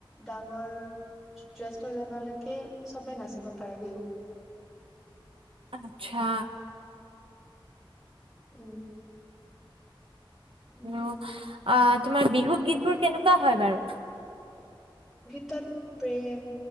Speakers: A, in the centre; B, on the right (about 85°).
A: ডাঙৰ জেষ্ঠ জনলৈকে চবে নাচিব পাৰে বিহু।
B: আচ্ছা
A: উম উম
B: অহ, আ তোমাৰ বিহু গীতবোৰ কেনেকুৱা হয় বাৰু?
A: তাত প্ৰেম,